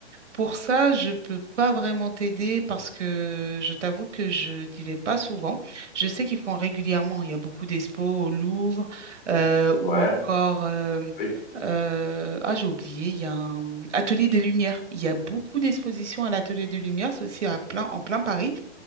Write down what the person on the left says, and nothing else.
<laughs> ouais,
oui.